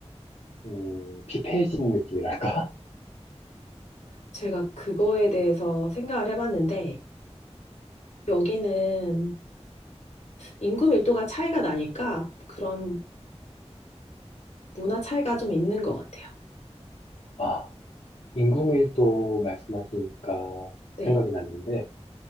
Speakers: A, on the left; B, on the left.
A: 음, 피폐해진 느낌이랄까?
B: 제가 그거에 대해서 생각을 해봤는데, 여기는 인구 밀도가 차이가 나니까 그런 문화 차이가 좀 있는 것 같아요.
A: <laughs> 인구밀도 말씀하시니까
B: 네,
A: 생각이 났는데